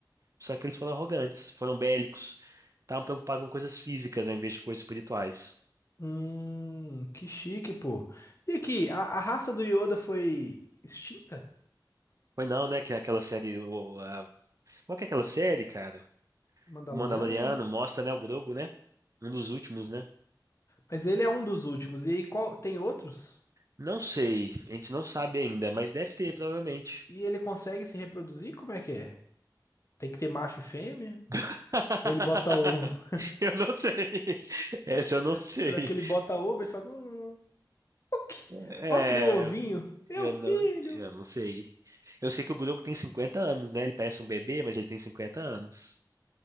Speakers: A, on the right; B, on the left.
A: Só que eles foram arrogantes, foram bélicos, estavam preocupados com coisas físicas ao invés de coisas espirituais.
B: Hum, que chique, pô. E aqui, a, a raça do Yoda foi extinta?
A: Foi não, né? Que aquela série. o- a- Qual que é aquela série, cara?
B: Mandaloriano?
A: O Mandaloriano mostra, né? O Grogu, né? Um dos últimos, né?
B: Mas ele é um dos últimos. E aí, qual, tem outros?
A: Não sei, a gente não sabe ainda, mas deve ter,
B: E,
A: provavelmente.
B: e ele consegue se reproduzir? Como é que é? Tem que ter macho e fêmea?
A: <laughs>
B: Ou ele bota ovo?
A: Eu não sei. Essa eu
B: <laughs>
A: não sei.
B: Será que ele bota ovo? Ele faz. Hum, puc.
A: É,
B: ó, meu ovinho. Meu
A: eu
B: filho.
A: não, eu não sei. Eu sei que o Grogu tem 50 anos, né? Ele parece um bebê, mas ele tem 50 anos.